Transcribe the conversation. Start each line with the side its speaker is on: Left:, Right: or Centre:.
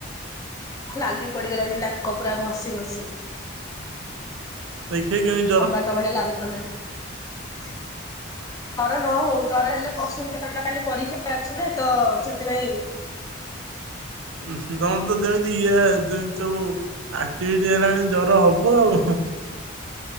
Left: ନାଲି ପଡିଗଲାଣି ନାକ ପୁରା ଘଷି-ଘଷି।
Right: ଦେଖେ କେମି
Left: ଟମାଟ ଭଳିଆ ଲାଲି ପଲାଣି। ହର ନ ହଉ ଜର ହେଲେ ପସନ୍ତି କା କାଲି ପରୀକ୍ଷା ଅଛି ନା ତ ସେଥିପାଇଁ।
Right: ଉଁ ହୁଁ ତମର ତ ଯେମିତି ଇଏ ଯେମିତି ସବୁ ଆକ୍ଟିଭିଟି ହେଲାଣି ଜର ହବ ଆଉ।